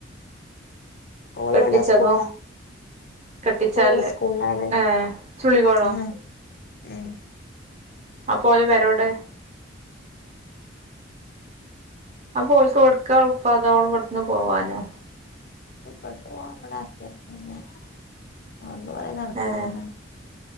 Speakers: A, on the left (about 50°); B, on the right (about 35°).
A: ഓള്
B: കെട്ടിച്ചതോ
A: ഇവ്ട സ്കൂളിലാ
B: കെട്ടിച്ചാല്ല്
A: ഓള് സ്കൂളിലാണ്
B: ഏഹ് ചുള്ളിക്കോടോ
A: ആ ഏ
B: ആ പോയ് എവരോടെ അപ്പോൽക്ക് ഓൽക്ക് അടുത്താന്ന അതോള് പെട്ടെന്ന് പോവാനോ
A: ഇപ്പഴത്തെ ആണുങ്ങളെ ഇറക്കിവിടുന്ന പിന്നെ അതു കൊണ്ട് നടക്കുന്നെന്ന്
B: ഏഹ്
A: പറഞ്ഞെ